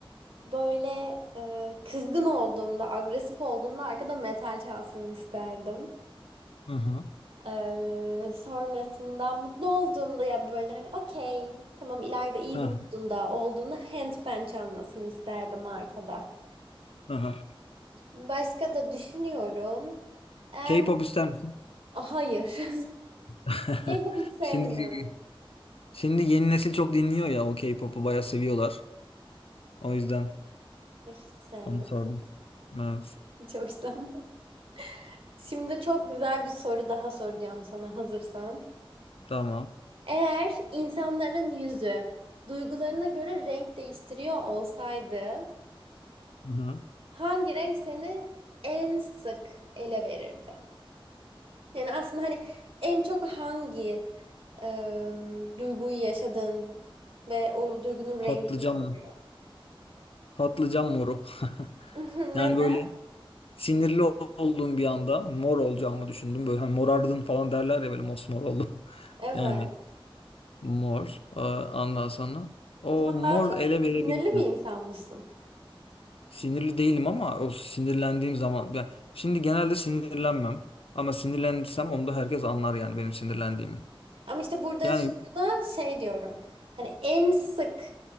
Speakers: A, on the right; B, on the left.
A: böyle e, kızgın olduğumda, agresif olduğumda arkada metal çalsın isterdim.
B: Hı hı.
A: Ee, sonrasında mutlu olduğumda ya böyle hani okey tamam ileride iyi
B: Hı
A: bir modunda olduğunda handpan çalmasını isterdim arkada.
B: hı. hı.
A: Başka da düşünüyorum. Eğer
B: K-pop
A: mut-
B: ister misin?
A: Ah, hayır. <laughs>
B: <laughs>
A: K-pop hiç sevmiyorum.
B: Şimdi şimdi yeni nesil çok dinliyor ya o K-pop'u bayağı seviyorlar. O yüzden
A: Ay, Hiç sevmiyorum.
B: onu sordum. Evet.
A: Hiç hoşlanmam. Şimdi çok güzel bir soru daha soracağım sana hazırsan.
B: Tamam.
A: Eğer insanların yüzü duygularına göre renk değiştiriyor olsaydı
B: Hı-hı.
A: Hangi renk seni en sık ele verirdi? Yani aslında hani en çok hangi em, duyguyu yaşadın ve o duygunun rengini
B: Patlıcan
A: soruyor.
B: mı? Patlıcan moru. <laughs>
A: <laughs>
B: Yani
A: Neden?
B: böyle sinirli olduğum bir anda mor olacağımı düşündüm. Böyle hani morardın falan derler ya böyle mosmor oldum. <laughs>
A: Evet.
B: Yani mor. Aa, Ondan sonra o
A: O zaman
B: mor
A: daha çok
B: ele verebilirim.
A: sinirli bir insan mısın?
B: Sinirli değilim ama o sinirlendiğim zaman. Yani şimdi genelde sinirlenmem. Ama sinirlendirsem onu da herkes anlar yani benim sinirlendiğimi.
A: Ama işte burada
B: Yani
A: soruda şey diyorum. Hani en sık